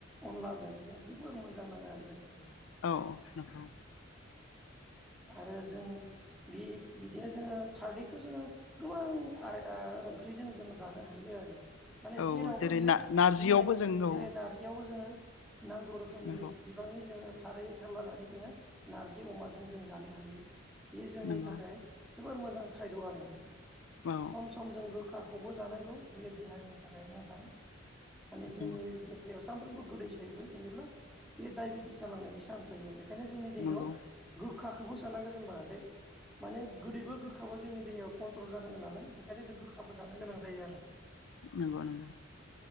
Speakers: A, in the centre; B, on the left.
A: अनला जायोब्ला जोबोर मोजां नाङो आरो गोसोखो
B: औ औ नोंगौ
A: आरो जों <unintelligible> बिदिनो जोङो खारदैखौ जोङो गोबां आ आ ओंख्रिजों जों जानो हायो आरो माने
B: औ
A: जेरावबो
B: जेरै
A: बियो
B: ना नारजियावबो
A: मिलायो
B: जों
A: आरो जेरै
B: औ
A: नारजियावबो जोङो नांगौ रोखोमनि
B: नंगौ
A: बिबांनि जोङो खारै होदलानानै जोङो नारजि अमाजों जों जानो हायो बेयो जोंनि
B: नंगौ
A: थाखाय जोबोर मोजां खायद' आरो
B: औ
A: सम सम जों गोखा खौबो जानांगौ बियो देहानि थाखाय मोजां। माने जोंनि
B: नंगौ
A: देहायाव सानफ्रोमबो गोदै सोबाय थायोब्ला बेयो दाइबे टिस जांलांनायनि चान्स थायो आरो। खायनो जोंनि देहायाव
B: नंगौ
A: गो खाखौबो सोनांगौ जेनबा बे माने गोदैबो गोखाबो जोंनि देहायाव कन्ट्रल जानांगोन नालाय बेखायनो जों गोखाबो जानो गोनां जायो आरो।
B: नोंगौ नोंगौ।